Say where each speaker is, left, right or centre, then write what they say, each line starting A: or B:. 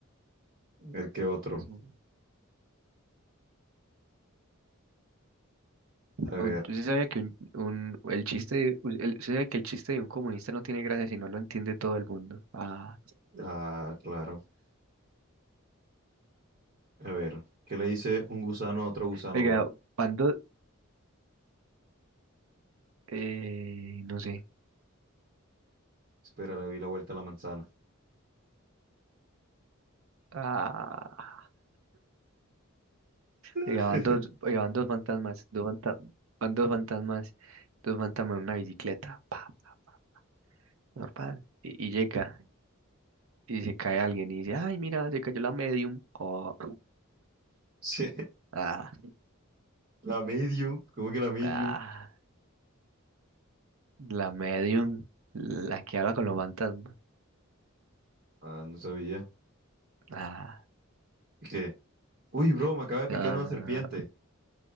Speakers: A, on the right; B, on the right.
A: ver, ¿qué otro?
B: Ujú.
A: A ver,
B: Un- ¿Usted sabía que un, un- el chiste de- u- el- usted sabe que el chiste de un comunista no tiene gracia si no lo entiende todo el mundo? Ah,
A: ah, claro. A ver, ¿qué le dice un gusano a otro gusano,
B: oiga,
A: bro?
B: cuando eh, no sé.
A: Espera, le doy la vuelta a la manzana.
B: Ah,
A: <laughs>
B: Llegaban dos, llegaban dos fantasmas, dos, fanta- van dos fantasmas, dos fantasmas en una bicicleta, pa, pa, normal. Y, y llega, y se cae alguien y dice, ay, mira, se cayó la medium. Oh,
A: Sí,
B: ah,
A: la medium, ¿cómo que la medium?
B: ah, la medium, la que habla con los fantasmas.
A: Ah, no sabía.
B: Ah,
A: ¿Qué? Uy, bro, me acaba de picar
B: ah,
A: una serpiente.